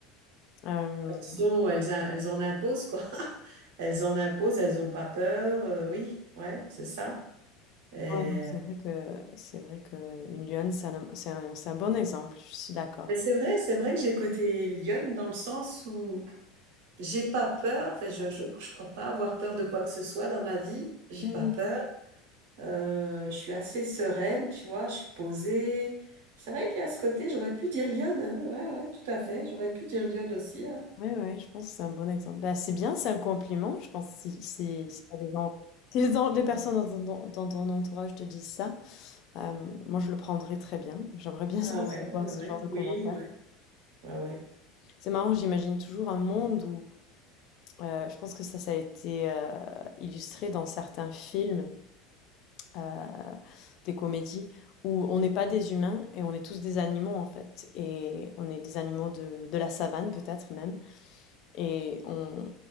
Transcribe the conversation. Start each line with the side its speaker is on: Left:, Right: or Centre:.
Left: Euh,
Right: Elles ont- elles, a- elles en imposent, quoi. <laughs> Elles en imposent, elles n'ont pas peur. euh, oui, ouais, c'est ça. Et-
Left: Ouais. donc c'est vrai que c'est vrai que une lionne, c'est un, c'est un, c'est un bon exemple. Je suis d'accord.
Right: Mais c'est vrai, c'est vrai que j'ai côté lionne dans le sens où j'ai pas peur. Enfin, je, je, je crois pas avoir peur de quoi que ce soit dans ma vie. J'ai
Left: Oui,
Right: pas peur. Euh, je suis assez sereine, tu vois. Je suis posée. C'est vrai qu'il y a ce côté, j'aurais pu dire lionne. hein, Ouais, ouais, tout à fait. J'aurais pu dire lionne aussi. hein.
Left: Ouais, ouais, je pense que c'est un bon exemple. Bah, c'est bien, c'est un compliment. Je pense que si si, si t'as des gens- si les gens- des personnes dans ton, dans- dans ton entourage te disent ça, euh, moi je le prendrais très bien. J'aimerais bien
Right: Ah
Left: <laughs> recevoir
Right: ouais, ouais,
Left: ce
Right: ouais.
Left: genre de commentaires.
Right: Oui, ouais, ouais, ouais.
Left: C'est marrant, j'imagine toujours un monde où Heu, je pense que ça, ça a été, heu, illustré dans certains films, heu, des comédies où on n'est pas des humains et on est tous des animaux, en fait et on est des animaux de de la savane, peut-être même et on